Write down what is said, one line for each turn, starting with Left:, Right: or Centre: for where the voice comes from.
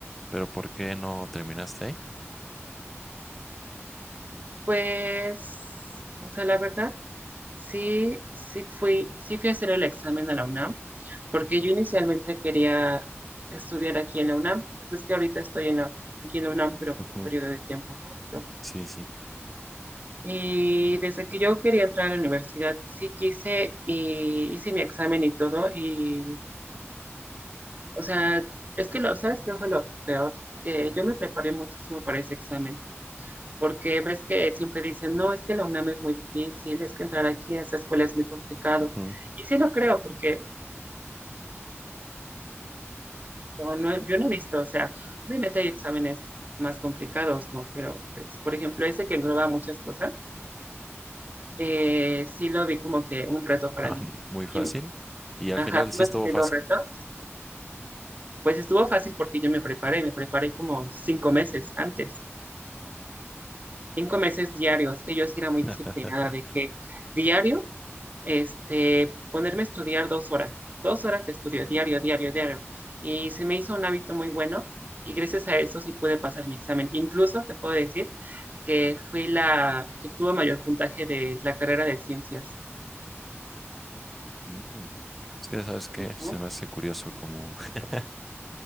Centre: Pero ¿por qué no terminaste ahí?
Right: Pues, o sea, la verdad, sí, sí fui, sí fui a hacer el examen a la UNAM, porque yo inicialmente quería estudiar aquí en la UNAM, pues es que ahorita estoy en la, aquí en la UNAM, pero
Centre: Ujú.
Right: por un periodo de tiempo corto.
Centre: Sí, sí.
Right: Y desde que yo quería entrar a la universidad, sí quise y hice mi examen y todo, y, o sea, es que lo, ¿sabes qué fue lo peor? Que yo me preparé muchísimo para ese examen. porque ves que siempre dicen, no, es que la UNAM es muy difícil, es que entrar aquí a esa escuela es muy complicado.
Centre: Ujú. <laughs>
Right: Y sí lo creo, porque un examen no, no, yo no he visto, o sea, obviamente hay exámenes más complicados, ¿no? Pero, pues, por ejemplo, ese que engloba muchas cosas, eh, sí lo vi como que un reto para
Centre: Ah,
Right: mí.
Centre: muy fácil.
Right: Y,
Centre: Y al
Right: ajá,
Centre: final
Right: ¿tú
Centre: sí
Right: has
Centre: estuvo
Right: tenido
Centre: fácil.
Right: retos? Pues estuvo fácil porque yo me preparé, me preparé como cinco meses antes,
Centre: Oh.
Right: cinco meses diarios, que yo sí era muy
Centre: <laughs>
Right: disciplinada, de que diario este, ponerme a estudiar dos horas, dos horas de estudio, diario, diario, diario. Y se me hizo un hábito muy bueno y gracias a eso sí pude pasar mi examen. Incluso te puedo decir que fui la que tuvo mayor puntaje de la carrera de ciencias.
Centre: Mm. Es que, ¿sabes qué?
Right: Ujú,
Centre: Se me hace curioso como <laughs>